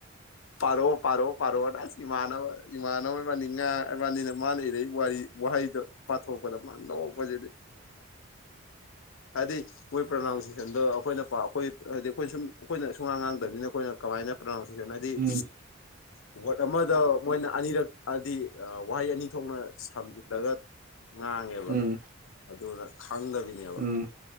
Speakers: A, on the left (about 70°); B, on the right (about 40°).
A: ꯄꯥꯔꯛꯑꯣ ꯄꯥꯔꯛꯑꯣ ꯄꯥꯔꯛꯑꯣ ꯑꯁ ꯏꯃꯥꯟꯅꯕ ꯏꯃꯥꯟꯅꯕ ꯏꯕꯥꯅꯤ ꯉꯥ ꯏꯕꯥꯅꯤꯅ ꯃꯥꯅ ꯏꯔꯏ ꯋꯥꯔꯤ ꯋꯥꯍꯩꯗꯣ ꯄꯥꯊꯣꯛꯄꯗ ꯃꯥꯥꯟ ꯂꯧꯄꯁꯤꯗꯤ ꯍꯥꯏꯗꯤ ꯃꯣꯏ ꯄ꯭ꯔꯅꯥꯎꯟꯁꯤꯦꯁꯟꯗꯣ ꯑꯩꯈꯣꯏꯅ ꯄ ꯑꯩꯈꯣꯏ ꯍꯥꯏꯗꯤ ꯑꯩꯈꯣꯏ ꯁꯨꯝ ꯑꯩꯈꯣꯏꯅ ꯁꯨꯡꯉꯥꯡ ꯉꯥꯡꯗꯕꯅꯤꯅ ꯑꯩꯈꯣꯏꯅ ꯀꯃꯥꯏꯅ ꯄ꯭ꯔꯅꯥꯎꯟ ꯅ ꯍꯥꯏꯗꯤ
B: ꯎꯝ
A: ꯋꯥꯔꯗ ꯑꯃꯗ ꯃꯣꯏꯅ ꯑꯅꯤꯔꯛ ꯍꯥꯏꯗꯤ ꯋꯥꯍꯩ ꯑꯅꯤ ꯊꯣꯛꯅ ꯁꯝꯖꯤꯜꯂꯒ ꯉꯥꯡꯉꯦꯕ
B: ꯎꯝ
A: ꯑꯗꯨꯅ ꯈꯪꯗꯕꯤꯅꯦꯕ
B: ꯎꯝ